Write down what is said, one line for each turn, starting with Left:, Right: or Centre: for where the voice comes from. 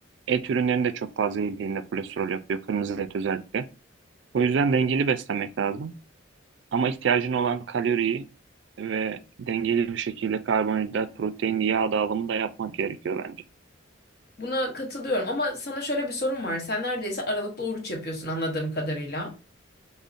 Right: et ürünlerini de çok fazla yediğinde kolesterol yapıyor. Kırmızı et özellikle. O yüzden dengeli beslenmek lazım. Ama ihtiyacın olan kaloriyi ve dengeli bir şekilde karbonhidrat, protein, yağ dağılımı da yapmak gerekiyor bence.
Left: Buna katılıyorum ama sana şöyle bir sorum var. Sen neredeyse aralıklı oruç yapıyorsun anladığım kadarıyla.